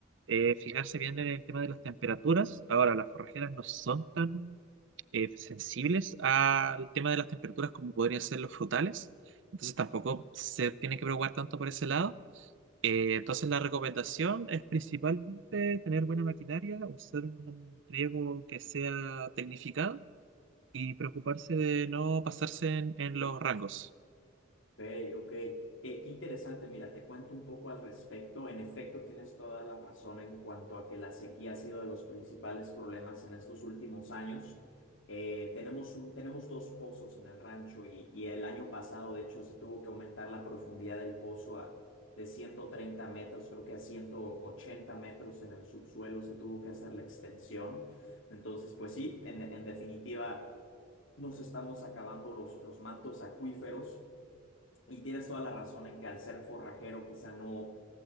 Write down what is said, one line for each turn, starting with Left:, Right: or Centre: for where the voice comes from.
Right: eh, fijarse bien en el tema de las temperaturas. Ahora, las forrajeras no son tan eh, sensibles al tema de las temperaturas como podrían ser los frutales, entonces tampoco se tiene que preocupar tanto por ese lado. Eh, entonces la recomendación es principalmente tener buena maquinaria, usar un riego que sea tecnificado y preocuparse de no pasarse en, en los rangos.
Left: Ok, ok. Eh, qué interesante, mira, te cuento un poco al respecto. En efecto, tienes toda la razón en cuanto a que la sequía ha sido de los principales problemas en estos últimos años. Eh, tenemos un, tenemos dos pozos en el rancho y, y el año pasado, de hecho, se tuvo que aumentar la profundidad del pozo a, de 130 metros, creo que a 180 metros en el subsuelo se tuvo que hacer la extensión. Entonces, pues sí, en, en definitiva, nos estamos acabando los, los mantos acuíferos. Y tienes toda la razón en que al ser forrajero quizá no,